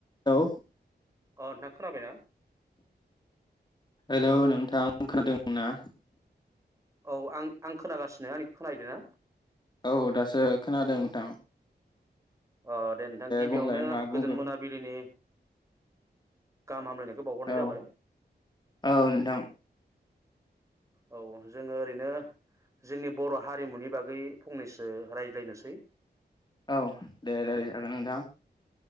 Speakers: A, on the left; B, on the right.
A: Hello.
B: अ नोंथां खोनाबायना?
A: हेलौ नोंथां खोनादों ना?
B: औ आं आं खोनागासिनो आंनिखौ खोनाहैदो ना?
A: औ दासो खोनादों नोंथां।
B: अ दे नोंथां गिबियावनो
A: बुंलाय मा बुंगोन
B: गोजोन मोनाबिलिनि गाहाम हामलायनायखौ खौ बावहरनाय
A: औ
B: जाबाय।
A: औ नोंथां
B: औ जोङो ओरैनो जोंनि बर' हारिमुनि बागै फंनैसो रायज्लायनोसै।
A: औ दे देे जागोन नोंथां।